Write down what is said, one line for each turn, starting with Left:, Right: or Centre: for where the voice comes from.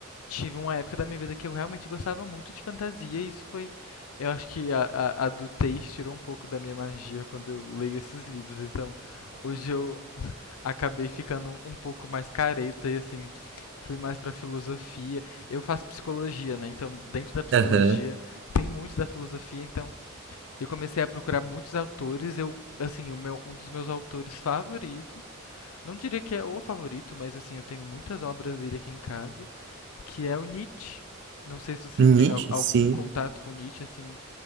Left: tive uma época da minha vida que eu realmente gostava muito de fantasia, e isso foi. Eu acho que a, a, a do Teis tirou um pouco da minha magia quando eu leio esses livros, então hoje eu acabei ficando um pouco mais careta e, assim, fui mais pra filosofia. Eu faço psicologia, né? Então, dentro da psicologia
Right: Aham.
Left: tem muito da filosofia, então. Eu comecei a procurar muitos autores. Eu, assim, o meu, um dos meus autores favoritos, não diria que é o favorito, mas assim, eu tenho muitas obras dele aqui em casa, que é o Nietzsche. Não sei se você
Right: Nietzsche,
Left: tem al- algum
Right: sim.
Left: contato com Nietzsche, assim,